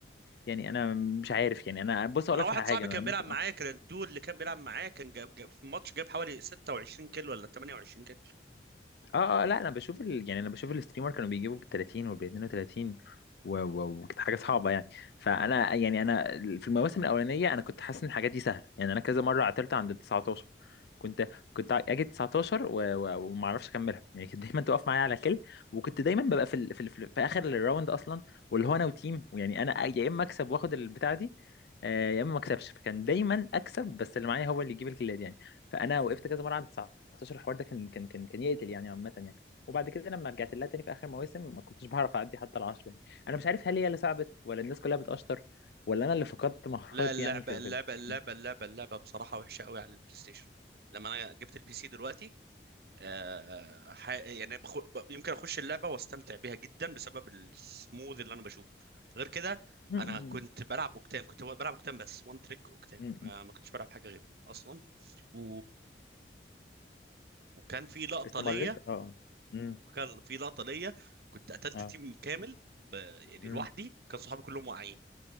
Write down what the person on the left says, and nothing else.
يعني انا مش عارف يعني انا بص اقول
لك
على
حاجه انا
لما
في الأمر.
اه اه لا انا بشوف ال... يعني انا بشوف الستريمر كانوا بيجيبوا بال 30 وبال 32 و... و... وكانت حاجه صعبه يعني فانا يعني انا في المواسم الاولانيه انا كنت حاسس ان الحاجات دي سهله يعني انا كذا مره عطلت عند ال 19 كنت كنت اجي 19 و... و... وما اعرفش اكملها يعني كانت دايما تقف معايا على كل وكنت دايما ببقى في ال... في, ال... في في اخر الراوند اصلا واللي هو انا وتيم ويعني انا يا اما اكسب واخد البتاعه دي آه، يا اما ما اكسبش فكان دايما اكسب بس اللي معايا هو اللي يجيب الكيلات يعني فانا وقفت كذا مره عند 2019 الحوار ده كان كان كان كان يقتل يعني عامة يعني وبعد كده لما رجعت لها تاني في آخر مواسم ما كنتش بعرف أعدي حتى العشرة يعني أنا مش عارف هل هي اللي صعبت ولا الناس كلها بتقشطر ولا أنا اللي فقدت مهاراتي
يعني في
في
<laughs> م-
م-
م-
م.
استمريت
اه امم
اه
امم